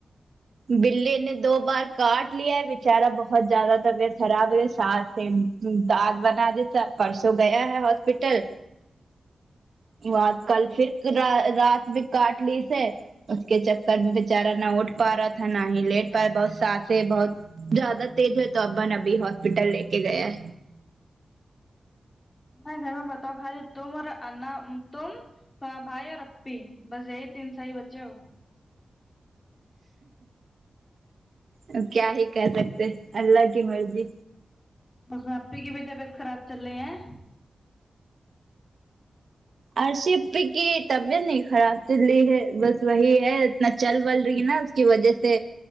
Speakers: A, on the right; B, on the left.
A: بلے نے دو بار کاٹ لیا ہے بچارا بہت زیادہ طبیعت خراب ہے ساس دات بنا دیتا پرسوں گیا ہے ہسپٹل وہاں کل پھر کرا رات میں کارٹ لی سے اس کے چکر میں بیچارہ نہ اٹھ پا رہا تھا نہیں لیٹ پارا بہت سانسیں بہت زیادہ تیز ہے تو ابا نے ابھی ہاسپٹل لے کے گیا ہے
B: تمہارے گھر میں بتاؤ خالی تم اور اننم تم ہاں بھائی اور اپی بس یہی تین صحیح بچے ہو
A: اب کیا ہی کہہ سکتے اللہ کی مرضی
B: پرسوں اپی کی بھی طبیعت خراب چل رہی ہے
A: ارشی اپی کی طبیعت نہیں خراب چل رہی ہے بس وہی ہے اتنا چل ول رہی ہے نا کی وجہ سے